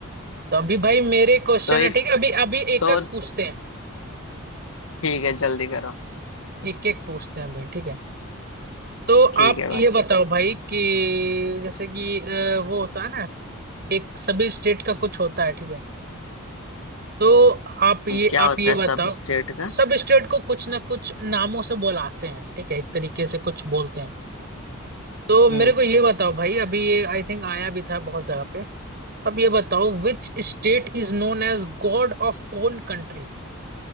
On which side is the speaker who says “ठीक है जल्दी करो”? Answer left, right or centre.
Left